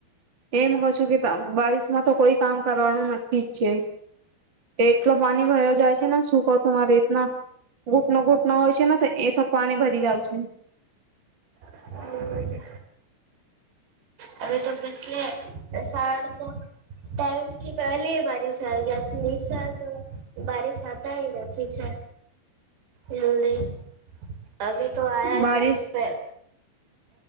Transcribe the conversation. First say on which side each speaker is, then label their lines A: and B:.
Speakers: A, on the right (about 35°); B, on the right (about 75°).
A: એમ કઉં છું કે બારિશમાં તો કોઈ કામ કરવાનું નથી જ છે. એટલો પાણી ભરયો જાય છે ને શું કહ તું મારી રીતના ઘૂંટનો ઘૂંટનો હોય છે ને એ થકવાને ભરી જાવ છે.
B: હમ હવે તો પછલી સાડ તો ટાઈમ થી પહેલી બરિશ આવી ગયા છે નિશા તો બરિશ આવતાય નથી છે. જલ્દી અભી તો આયા
A: બારિશ
B: છે નહીં તો પે